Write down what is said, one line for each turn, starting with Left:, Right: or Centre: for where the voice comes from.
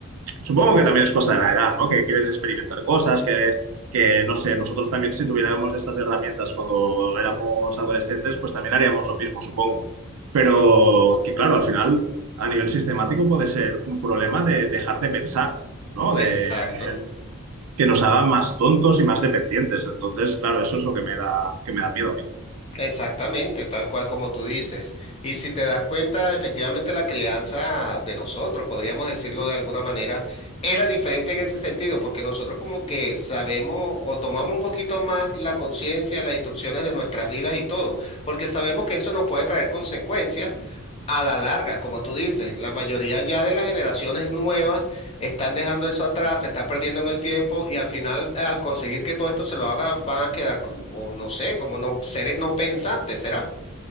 Right: Supongo que también es cosa de la edad, ¿no? Que quieres experimentar cosas, que que no sé, nosotros también si tuviéramos estas herramientas cuando éramos adolescentes, pues también haríamos lo mismo, supongo. Pero que claro, al final, a nivel sistemático puede ser un problema de dejar de pensar, ¿no?
Left: Exacto.
Right: De, a nivel que nos hagan más tontos y más dependientes. Entonces, claro, eso es lo que me da, que me da miedo a mí.
Left: Exactamente, tal cual como tú dices. Y si te das cuenta, efectivamente la crianza de nosotros, podríamos decirlo de alguna manera, era diferente en ese sentido, porque nosotros como que sabemos o tomamos un poquito más la conciencia, las instrucciones de nuestras vidas y todo, porque sabemos que eso nos puede traer consecuencias a la larga, como tú dices, la mayoría ya de las generaciones nuevas están dejando eso atrás, se está perdiendo en el tiempo y al final, eh, al conseguir que todo esto se lo haga, van a quedar como, no sé, como no, seres no pensantes, ¿será?